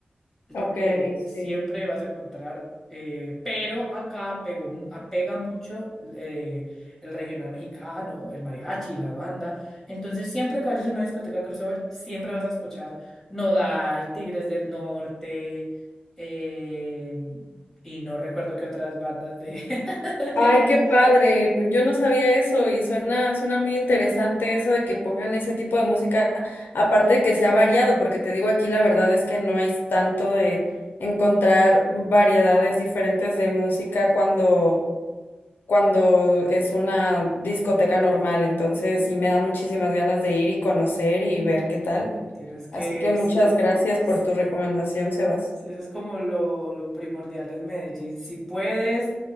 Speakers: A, in the centre; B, on the left.
A: es
B: Ok,
A: lo que siempre
B: sí.
A: vas a encontrar. eh, pero acá pegó, mu- apega mucho eh, el regional mexicano, el mariachi, la banda. Entonces, siempre que vayas a una discoteca crossover, siempre vas a escuchar Nodal, Tigres del Norte, eh, y no recuerdo qué otras bandas de <laughs> regional.
B: Ay, qué
A: me
B: padre. pues, Yo no sabía eso y suena, suena muy interesante eso de que pongan ese tipo de música, aparte de que sea variado, porque te digo aquí la verdad es que no hay tanto de encontrar variedades diferentes de música cuando, cuando es una discoteca normal. Entonces sí me da muchísimas ganas de ir y conocer y ver qué tal.
A: Sí, Tienes que,
B: Así que muchas
A: sí.
B: gracias
A: sí,
B: por tu recomendación, Sebas.
A: Sí, eso es como lo, lo primordial en Medellín. Si puedes,